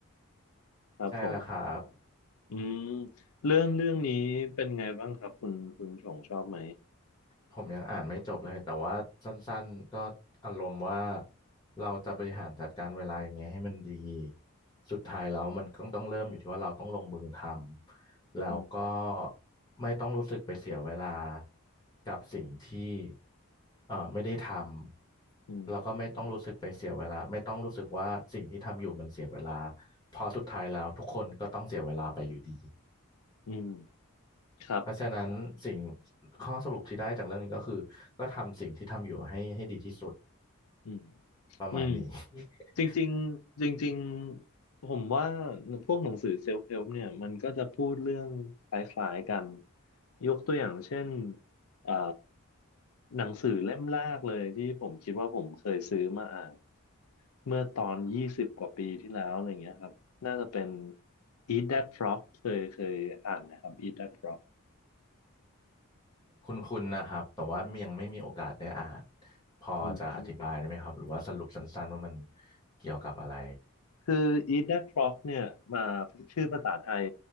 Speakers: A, on the left (about 85°); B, on the left (about 20°).
A: ครับผม
B: ใช่แล้วครับ
A: อืมเรื่องเรื่องนี้เป็นไงบ้างครับคุณคุณชงชอบไหม
B: ผมยังอ่านไม่จบเลยแต่ว่าสั้นๆก็อารมณ์ว่าเราจะบริหารจัดการเวลายังไงให้มันดีสุดท้ายแล้วมันก็ต้องเริ่มอยู่ที่ว่าเราต้องลงมือทำแล้วก็
A: อื
B: ไม่ต้องรู้สึกไปเสียเวลากับสิ่งที่เอ่อไม่ได้ทำแล้วก็ไม่ต้องรู้สึกไปเสียเวลาไม่ต้องรู้สึกว่าสิ่งที่ทำอยู่มันเสียเวลา
A: ม
B: เพอสุดท้ายแล้วทุกคนก็ต้องเสียเวลาไปอยู่ดี
A: อืมครับ
B: เพราะฉะนั้นสิ่งข้อสรุปที่ได้จากเรื่องนี้ก็คือก็ทำสิ่งที่ทำอยู่ให้ให้ดีที่สุด
A: อืม
B: ประมาณนี้
A: อืม
B: <laughs>
A: จริงๆจริงๆผมว่าพวกหนังสือเซลฟ์เ l ลเนี่ยมันก็จะพูดเรื่องคล้ายๆกัน ยกตัวอย่างเช่นเอ่อหนังสือเล่มแรกเลยที่ผมคิดว่าผมเคยซื้อมาอ่านเมื่อตอนยี่สิบกว่าปีที่แล้วอะไรเงี้ยครับน่าจะเป็น Eat That Frog เคยเคยอ่านนะครับ Eat That Frog
B: คุณคุณนนะครับแต่ว่ายังไม่มีโอกาสได้อ่านพอจะอธิบายได้ไหมครับหรือว่าสรุปสั้นๆว่ามัน
A: อืม
B: เกี่ยวกับอะไร
A: คือ Eat That Frog เนี่ยมาชื่อภาษาไทย